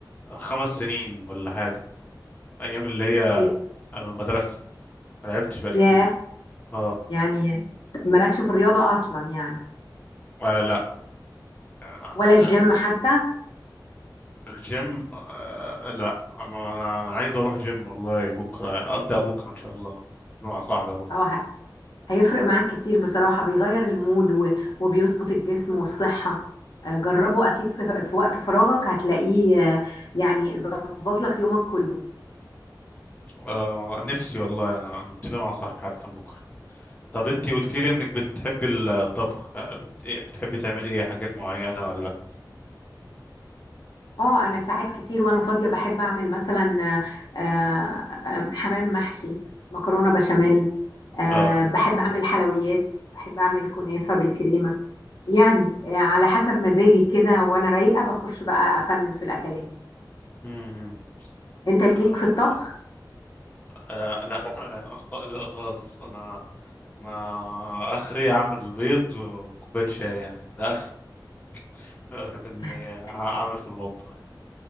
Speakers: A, on the left; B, on the left.
A: خمس سنين ولا حاجه ايام اللي هي
B: ي-
A: آه، المدرسه ما لعبتش بقالي
B: ياه
A: كتير اه
B: يعني مالكش في الرياضة اصلا يعني
A: آه، لا آه،
B: ولا الجيم حتى
A: الجيم آه، لا انا أنا أنا عايز اروح جيم والله بكره ابدا بكره ان شاء الله مع صاحبي اروح
B: اه ه- هيفرق معاك كتير بصراحة بيغير المود و... وبيظبط الجسم والصحة آه، جربه اكيد في... في وقت فراغك هتلاقيه آه، يعني ظبط لك يومك كله
A: آه نفسي والله انا متفق مع صاحبي حتى بكره طب انتي قلت لي انك بتحبي الطبخ آه، بت... إيه، بتحبي تعملي ايه حاجات معينه ولا
B: اه انا ساعات كتير وانا فاضيه بحب اعمل مثلا آه، آه، حمام محشي مكرونه بشاميل آه،
A: اه
B: بحب اعمل حلويات بحب اعمل كنافه بالكريمه يعني آه، على حسب مزاجي كده وانا رايقه بخش بقى افنن في الاكلات
A: امم
B: انت ليك
A: آه
B: في الطبخ
A: آه، لا آه، خ- لا خالص انا انا اخري اعمل بيض وكوبايه شاي يعني ده اخري <laughs> آه، في اني
B: <laughs>
A: أع- اعمل في المطبخ